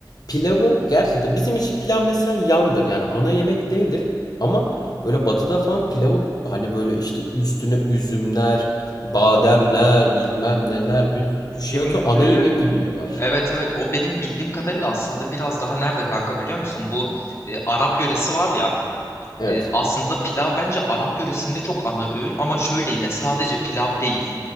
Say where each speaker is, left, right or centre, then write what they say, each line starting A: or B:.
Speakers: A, on the left; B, on the left.
A: pilavı gerçekten bizim için pilav mesela yandır yani ana yemek değildir ama böyle batıda falan pilavı hani böyle işte üstüne üzümler, bademler, bilmem neler bir sürü şey
B: Şimdi
A: atıyor ana yemek gibi yiyorlar.
B: evet evet o benim bildiğim kadarıyla aslında biraz daha nerede kanka biliyor musun? Bu e, Arap yöresi var ya
A: Evet.
B: e, aslında pilav bence Arap yöresinde çok ana öğün ama şöyle yine sadece pilav değil.